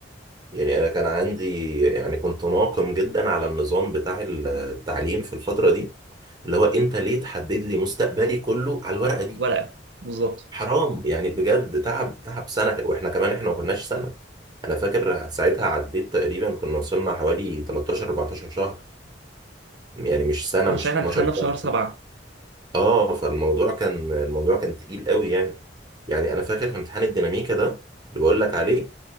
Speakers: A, on the right; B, on the right.
A: يعني انا كان عندي يعني كنت ناقم جدا على النظام بتاع التعليم في الفتره دي اللي هو انت ليه تحدد لي مستقبلي كله على الورقه دي
B: ورقه بالظبط
A: حرام يعني بجد تعب تعب سنه واحنا كمان احنا ما كناش سنه انا فاكر ساعتها عديت تقريبا كنا وصلنا حوالي 13 14 شهر يعني مش سنه
B: آه، عشان
A: مش
B: احنا
A: 12
B: امتحاننا في
A: شهر
B: شهر سبعة
A: اه فالموضوع كان الموضوع كان تقيل قوي يعني يعني انا فاكر في امتحان الديناميكا ده اللي بقول لك عليه